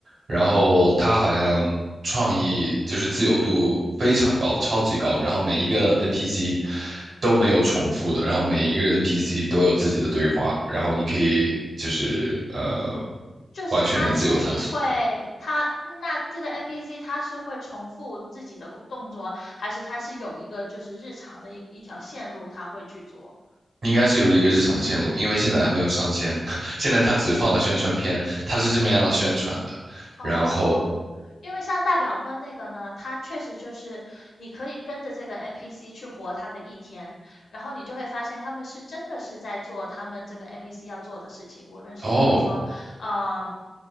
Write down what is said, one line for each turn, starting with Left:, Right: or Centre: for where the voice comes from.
Right: 然后它好像创意就是自由度非常高，超级高，然后每一个 NPC 都没有重复的，然后每一个 NPC 都有自己的对话，然后你可以就是呃
Left: 就是他自己会，
Right: 完全的自由探索。
Left: 他那这个 NPC 他是会重复自己的动作，还是他是有一个就是日常的一一条线路他会去做？
Right: 应该是有一个日常的线路，因为现在还没有上线，<laughs> 现在它只放了宣传片，它是这么样宣传的。
Left: 哦，
Right: 然后，
Left: 因为像大表哥那个呢，他确实就是你可以跟着这个 NPC 去活他的一天，然后你就会发现他们是真的是在做他们这个 NPC 要做的事情，无论是譬如说，
Right: 哦，
Left: 嗯、